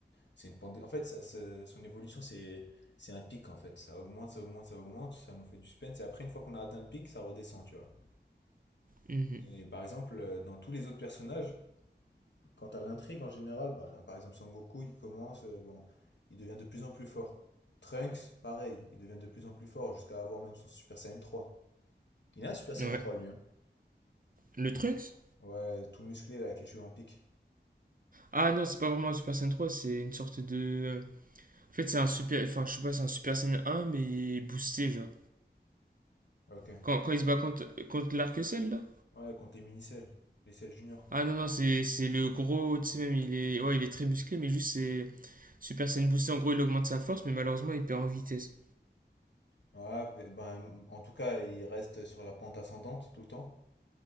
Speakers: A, on the left; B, on the right.
A: c'est une pandémie. En fait, ça- ça- son évolution, c'est c'est un pic, en fait. Ça augmente, ça augmente, ça augmente, ça nous fait du suspense. Et après, une fois qu'on a atteint le pic, ça redescend, tu vois.
B: Mhm.
A: Et par exemple, euh, dans tous les autres personnages, quant à l'intrigue en général, ben, par exemple, Sangoku, il commence, euh, bon, il devient de plus en plus fort. Trunks, pareil, il devient de plus en plus fort jusqu'à avoir même son Super Saiyan trois Il a un Super Saiyan
B: Ouais.
A: 3 lui, hein.
B: Le Trunks
A: Ouais, tout musclé, là, avec les cheveux en pique.
B: Ah non, c'est pas vraiment un Super Saiyan trois, c'est une sorte de... En fait, c'est un Super... Enfin, je sais pas, c'est un Super Saiyan un mais boosté, genre.
A: Ok.
B: Quand, quand il se bat contre, contre l'arc-ciel, là
A: Ouais, contre les mini-selles, les selles juniors.
B: Ah non, non, c'est c'est le gros, tu sais même, il est, ouais, il est très musclé, mais juste c'est Super Saiyan Boosté, en gros, il augmente sa force, mais malheureusement, il perd en vitesse.
A: Ouais, mais, ben, en tout cas, il reste sur la pente ascendante tout le temps.